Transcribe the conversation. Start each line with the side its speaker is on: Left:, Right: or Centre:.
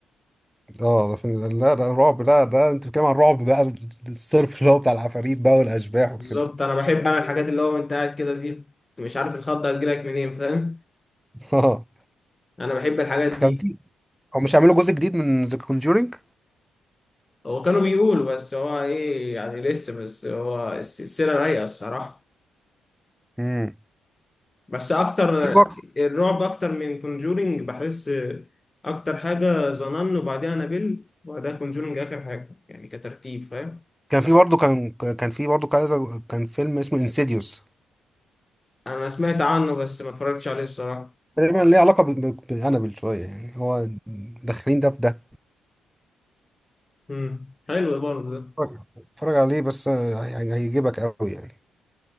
Centre: اه ده فيلم- لا ده الرعب لا ده انت بتتكلم عن الرعب بقى الصرف اللي هو بتاع العفاريت بقى والاشباح وكده
Left: بالظبط أنا بحب أنا الحاجات اللي هو أنت قاعد كده دي أنت مش عارف الخضة هتجيلك منين فاهم
Centre: <laughs> اه
Left: أنا بحب الحاجات دي
Centre: كان في هو مش هيعملوا جزء جديد من ذا كونجورينج
Left: هو كانوا بيقولوا بس هو إيه يعني لسه بس هو السلسلة رايقة الصراحة
Centre: امم
Left: بس أكتر
Centre: في برضه
Left: الرعب أكتر من كونجورينج بحس أكتر حاجة زنان وبعديها أنابيل وبعدها كونجورينج آخر حاجة يعني كترتيب فاهم
Centre: كان في برضه كان كان في برضه كذا كان فيلم اسمه انسيديوس
Left: أنا سمعت عنه بس ما اتفرجتش عليه الصراحة
Centre: تقريبا ليه علاقه ب- ب- بانابل شويه يعني هو داخلين ده في ده
Left: مم. حلو برضه ده
Centre: اتفرج اتفرج عليه بس آه، يعني هيجيبك قوي يعني